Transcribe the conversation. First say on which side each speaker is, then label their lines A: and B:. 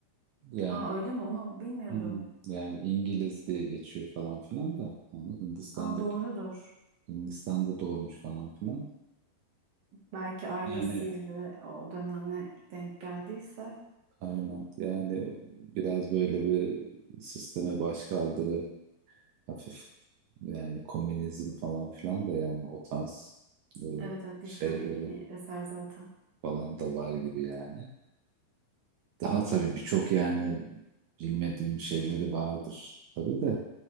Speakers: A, on the right; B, on the right.
A: Yani
B: Aa öyle mi? Onu bilmiyordum.
A: Hmm, Yani İngiliz diye geçiyor falan filan da onu Hindistan'da
B: Aa doğrudur.
A: Hindistan'da doğmuş falan filan.
B: Belki ailesiyle
A: Yani
B: o dönemle denk geldiyse.
A: aynen yani biraz böyle bir sisteme baş kaldırı hafif yani komünizm falan filan da yani o tarz e,
B: Evet evet distopik
A: şeyleri
B: bir eser zaten.
A: falan da var gibi yani. Daha tabii birçok yani bilmediğim şeyleri vardır tabii de